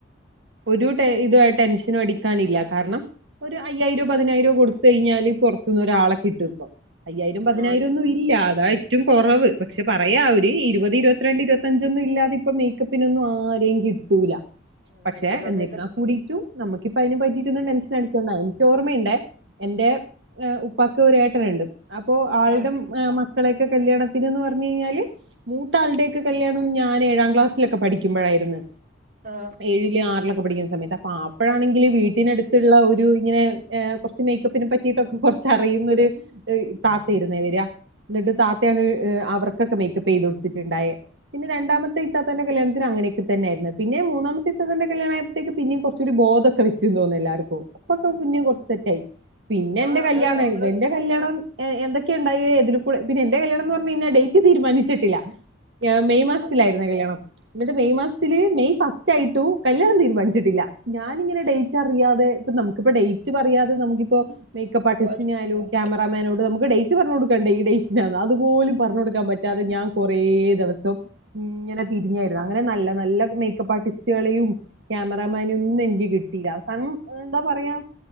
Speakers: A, on the right; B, on the right.
A: ഒരു ടെ ഇത് ടെൻഷനും അടിക്കാനില്ല കാരണം ഒരു അയ്യായിരോ പതിനായിരൊ കൊട്ത്തഴിഞ്ഞാല് പൊർത്തുനൊരാളെ കിട്ടും ട്ടൂപ്പം അയ്യായിരോം പതിനായിരോന്നും
B: ആഹ് ഞ
A: ഇല്ല അതായിരുന്നു ഏറ്റും കൊറവ് പക്ഷെ പറയാം അവര് ഇരുപത് ഇരുപത്തിരണ്ട് ഇരുപത്തഞ്ചൊന്നും ഇല്ലാതെപ്പം ഇപ്പൊ മേക്കപ്പിനൊന്നും ആരെകിട്ടൂല
B: ആഹ്
A: പക്ഷെ
B: എന്റെ സമയത്തൊക്കെ
A: എന്നിരുന്നാകൂടിട്ടും നമ്മക്കിപ്പയിനെ പറ്റിട്ടൊന്നും ടെൻഷൻ അടികണ്ട ചോർമയുണ്ടെ എന്റെ ഉപ്പാക്ക് ഒരു ഏട്ടനുണ്ട് അപ്പൊ ആൾടെ
B: ആഹ്
A: മക്കൾ മക്കളെക്കെ കല്യാത്തിന്ന്ന് പറഞ്ഞഴിഞ്ഞാല് മൂത്താൾടെ ഒക്കെ കല്യാണം ഞാൻ ഏഴാ- ക്ലാസ്സിലൊക്കെ പഠിക്കുമ്പോഴായിരുന്നു
B: ആഹ്
A: ഏഴില് ആറിലൊക്കെ പഠിക്കുന്ന സമയത്ത് അപ്പൊ അപ്പഴാണെങ്കിൽ വീട്ടിനടുത്തുള്ള ഒരു ഇങ്ങനെ കുറച്ച് മേക്കപ്പിനെ പറ്റിട്ടൊക്കെ കുറച്ച് അറിയുന്നൊരു താത്ത ഇരുന്നേ വര എന്നിട്ട് താത്തയാണ് അവർക്കൊക്കെ മേക്കപ്പ് ചെയ്ത്ടുത്തിട്ടുണ്ടായത് പിന്നെ രണ്ടാമത്തെ ഇത്താത്തന്റെ കല്യാത്തിനെങ്ങനൊക്കെ തന്നെയായിരുന്ന്. പിന്ന മൂന്നാമത്തെ ഇതാണാന്റെ കല്യാണായ പ്പോഴത്തേക്ക് പിന്നേ കുറച്ചൊരു ബോധൊക്കെ വച്ചു തോന്നുന്നു എല്ലാർക്കും ഇപ്പൊക്കെ കുഞ്ഞം കുറച്ച് സെറ്റായി പിന്നെ എന്റെ
B: ആഹ്
A: കല്യാണായിരുന്നു
B: അത് നമ്മള്
A: എന്റെ കല്യാണം എന്തൊക്കെയ ഉണ്ടായി പിന്നെ എന്റെ കല്യാണംന്ന് പറഞ്ഞയ്ഞ്ഞാൽ ഡേറ്റ് തീരുമാനിച്ചിട്ടില്ല മെയ്
B: അത്
A: കല്യാണം എന്നിട്ട് മെയ് മാസത്തില് മെയ് ഫസ്റ്റ് ആയിട്ടു കല്യാണം തീരുമാനിച്ചിട്ടില്ല ഞാനിങ്ങനെ ഡേറ്റ് അറിയാതെ ഇപ്പ നമുക്കിപ്പ ഡേറ്റ് പറയാതെ നമുക്കിപ്പോ മേക്കപ്പ് ആർട്ടിസ്റ്റിനായാലും
B: ഒരു ഉം
A: ക്യാമറ മേനോട് നമുക്ക് ഡേറ്റ് പറഞ്ഞു കൊടുക്കണ്ടേ ഈ ഡേറ്റിനാണ് അതുപോലും പറഞ്ഞൊട്ക്കാൻ
B: ഉം
A: പറ്റാതെ ഞാൻ കൊറേ ദിവസം ഇങ്ങനെ തിരിഞ്ഞായിരുന്നു അങ്ങന നല്ല നല്ല മേക്കപ്പ് ആർട്ടിസ്റ്റുകളെയും ക്യാമറമാനേ ഒന്നും എനിക്ക് കിട്ടയില്ല അവസാനം ന്താ പറയ പറയാ